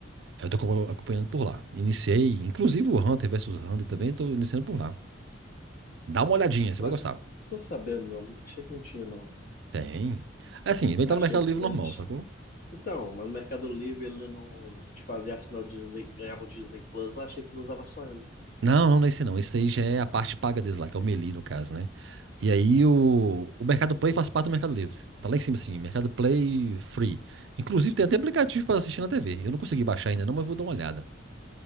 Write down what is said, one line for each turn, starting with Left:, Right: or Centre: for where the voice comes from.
Right: Aí Eu tô acompa- acompanhando por lá. Iniciei, inclusive o Hunter versus Hunter também, eu tô iniciando por lá. Dá uma olhadinha, você
Left: Ué,
Right: vai gostar.
Left: cara, tô sabendo, não. Achei que não tinha, não.
Right: Tem. É assim, vem estar
Left: Achei.
Right: no Mercado Livre
Left: Ele.
Right: normal, sacou?
Left: Então, mas no Mercado Livre ele não te fazia assinar o Disney, ganhava o Disney Plus, mas achei que não usava só ele.
Right: Não, não, não é esse não. Esse aí já é a parte paga deles lá, que é o Meli, no caso, né? E aí o, o Mercado Play faz parte do Mercado Livre. Tá lá em cima, assim, Mercado Play Free. Inclusive tem até aplicativo pra assistir na TV. Eu não consegui baixar ainda não, mas vou dar uma olhada.